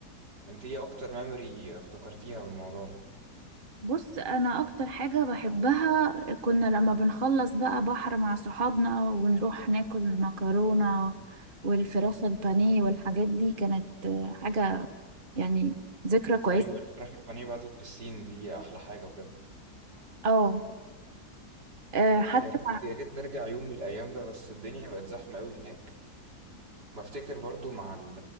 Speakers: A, on the right; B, on the right.
A: انت ايه اكتر ميموري افتكرتيها من الموضوع ده
B: بص انا اكتر حاجه بحبها كنا لما بنخلص بقى بحر مع صحابنا ونروح ناكل مكرونه والفراخ البانيه والحاجات دي كانت آه، حاجه يعني ذكرى كويسه
A: ايوه الفراخ البانيه بعد البسين دي احلى حاجه بجد
B: اه آه، حتى
A: يا ريت يا ريت نرجع يوم من الايام ده بس الدنيا بقت زحمه قوي هناك بفتكر برضو مع ال...